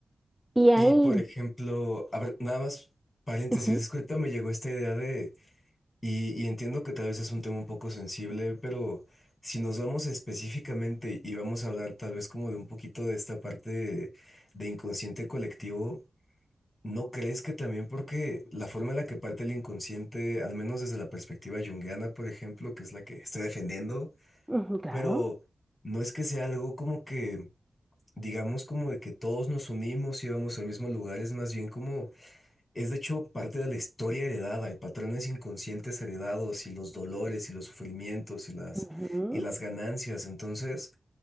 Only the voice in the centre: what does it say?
Y ahí,
sí,
ujú, claro.
Ujú.